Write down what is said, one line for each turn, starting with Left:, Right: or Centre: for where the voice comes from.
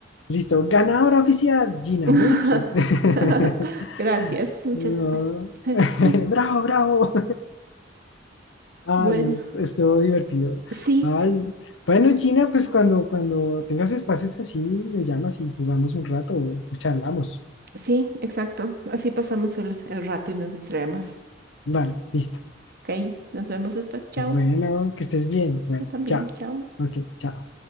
Left: Listo, ganadora oficial, Gina,
Right: <laughs>
Left: muy bien. <laughs>
Right: Gracias, muchas
Left: No.
Right: gracias. <laughs>
Left: <laughs> Bravo, bravo. Ah,
Right: Bueno,
Left: no, es- estuvo divertido.
Right: sí,
Left: Ay, bueno, Gina, pues cuando, cuando tengas espacios así, me llamas y jugamos un rato o charlamos.
Right: sí, exacto. Así pasamos el, el rato y nos distraemos.
Left: Vale, listo.
Right: Ok, nos vemos después. Chao.
Left: Bueno, que estés bien. Bueno,
Right: Tú también,
Left: chao.
Right: chao.
Left: Ok, chao.